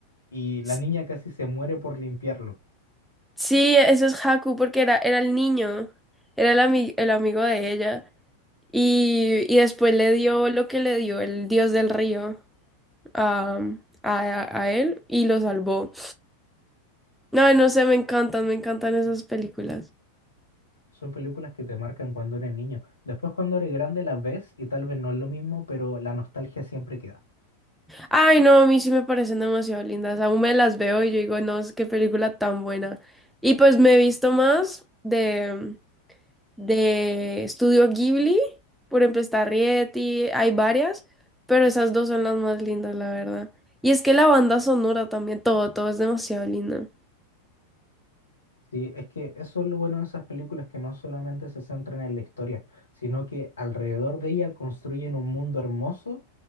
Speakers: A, on the left; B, in the centre.
A: Y la
B: S-
A: niña casi se muere por limpiarlo.
B: Sí, eso es Haku porque era, era el niño, era el, ami- el amigo de ella. Y, y después le dio lo que le dio el dios del río a, a, a él y lo salvó. Ay, no sé, me encantan, me encantan esas películas.
A: Son películas que te marcan cuando eres niño. Después cuando eres grande las ves y tal vez no es lo mismo, pero la nostalgia siempre queda.
B: Ay, no, a mí sí me parecen demasiado lindas. Aún me las veo y yo digo, no, es qué película tan buena. Y pues me he visto más de, de Estudio Ghibli, por ejemplo, está Rieti, hay varias, pero esas dos son las más lindas, la verdad. Y es que la banda sonora también, todo, todo es demasiado lindo.
A: Sí, es que eso es lo bueno de esas películas que no solamente se centran en la historia, sino que alrededor de ella construyen un mundo hermoso